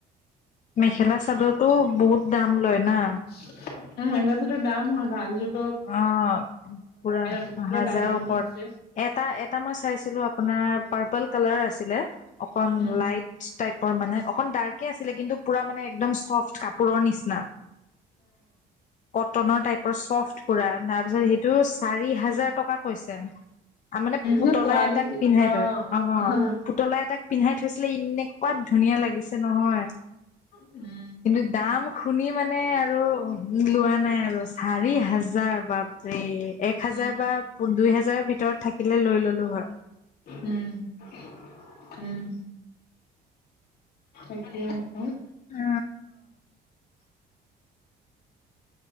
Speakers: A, on the left; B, on the left.
A: মেখেলা চাদৰতো বহুত দাম লয় না
B: শ <inaudible> অ মেখেলা চাদৰ দাম হয় ভাল যদি
A: অ পুৰা
B: তাতকৈ
A: হাজাৰৰ
B: দামী দামী
A: ওপৰত
B: আছে।
A: এটা এটা মই চাইছিলো আকৌ আপোনাৰ পাৰ্পল কালাৰ আছিলে, অকণ
B: উম
A: লাইট টাইপৰ মানে অকণ ডাৰ্ক একেই আছিলে কিন্তু পোৰা মানে একদম চফ্ট কাপোৰৰ নিচিনা, কটনৰ টাইপৰ চফ্ট পুৰা তাৰ পিছত সেইটো চাৰি হাজাৰ টকা কৈছে। আ মানে পুতলা
B: নে কোৱালিটি
A: এটাক পিন্ধাই
B: অ
A: তই
B: উম
A: পুতলা এটাক পিন্ধাই থৈছিলে, এনেকুৱা ধুনীয়া লাগিছে নহয়
B: উ
A: কিন্তু দাম শুনি মানে আৰু উ লোৱা নাই আৰু চাৰি হাজাৰ বাপ ৰে এক হাজাৰ
B: উম
A: বা দুই হাজাৰ ভিতৰত থাকিলে লৈ ললো হয়
B: উম-উম। থাকে হয়
A: অ <inaudible>